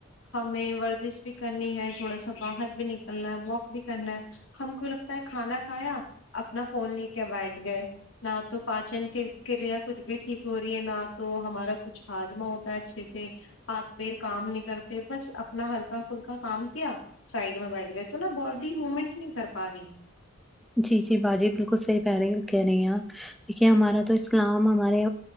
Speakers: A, on the left; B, in the centre.
A: ہمیں ورزش بھی کرنی ہے تھوڑا سا باہر بھی نکلنا ہے واک بھی کرنا ہے ہم کو لگتا ہے کھانا کھایا اپنا فون لے کے بیٹھ گئے نہ تو پاچن کی کریا کچھ بھی ٹھیک ہو رہی ہے نہ تو ہمارا کچھ ہاجمہ ہوتا ہے اچھے سے ہاتھ پیر کام نہیں کرتے بس اپنا ہلکا پلکا کام کیا سائڈ میں بیٹھ گئے تو نا باڈی مومنٹ نہیں کر پا رہی
B: جی جی باجی بالکل صحیح کہہ رہی کہہ رہی ہیں آپ دیکھیے ہمارا تو اسلام ہمارے